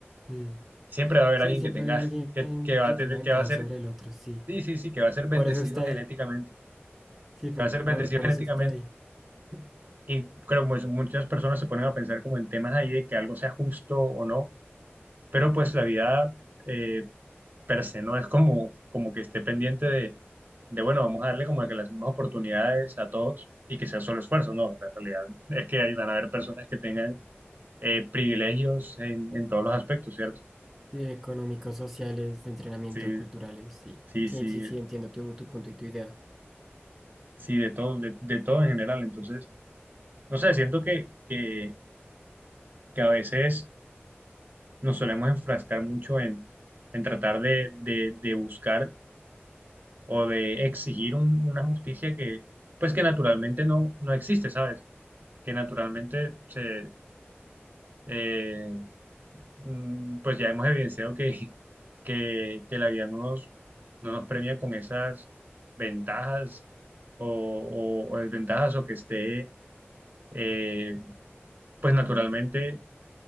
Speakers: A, in the centre; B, on the right.
A: sí.
B: siempre va a haber
A: Sí,
B: alguien
A: siempre
B: que tenga,
A: hay alguien
B: que, que va
A: que
B: a tener,
A: tenga ventaja
B: que va a ser
A: sobre el otro, sí.
B: Sí, sí, sí, que va a ser bendecido
A: Por eso está ahí.
B: genéticamente,
A: Sí, po-
B: que va a ser bendecido
A: por, por,
B: genéticamente.
A: eso está ahí. <laughs>
B: Y creo que pues, muchas personas se ponen a pensar como en temas ahí de que algo sea justo o no, pero pues la vida eh, per se no es como, como que esté pendiente de, de, bueno, vamos a darle como que las mismas oportunidades a todos y que sea solo esfuerzo, no, la realidad es que ahí van a haber personas que tengan eh, privilegios en, en todos los aspectos, ¿cierto?
A: Sí, económicos, sociales, de entrenamiento,
B: Sí,
A: culturales, sí.
B: sí,
A: Sí,
B: sí,
A: sí, sí, entiendo tu, tu punto y tu idea.
B: sí, de todo, de, de todo en general. Entonces, no sé, siento que, que que a veces nos solemos enfrascar mucho en, en tratar de, de- de buscar o de exigir un- una justicia que, pues que naturalmente no, no existe, ¿sabes? Que naturalmente se, eh, mm, pues ya hemos evidenciado que, <laughs> que, que la vida no nos, no nos premia con esas ventajas o, o- o desventajas o que esté, eh, pues naturalmente